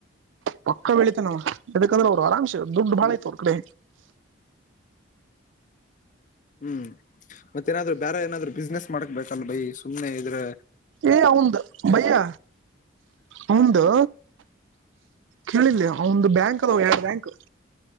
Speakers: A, on the right (about 75°); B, on the left (about 40°).
A: ಪಕ್ಕ ಬೆಳತನವ ಯದಕಂದ್ರೆ ಅವ್ರು ಆರಾಮ್ಶ. ದುಡ್ಡು ಭಾಳೆ
B: ಹ್ಮ್
A: ತೋರ ಕಡೆ.
B: ಹ್ಮ್ ಮತ್ತೇಏನಾದ್ರು ಬೇರೆ ಏನಾದ್ರು ಬಿಸ್ನೆಸ್ ಮಾಡ್ಕ್ಬೇಕಲ್ ಬೈ ಸುಮ್ನೆ ಇದ್ರೆ.
A: ಏ ಅವಂದು ಬಯ್ಯ ಅವಂದು. ಕೇಳಿಲ್ಲ ಅವ ಒಂದು ಬ್ಯಾಂಕ್ ಅದ ಯಾರ ಬ್ಯಾಂಕ್.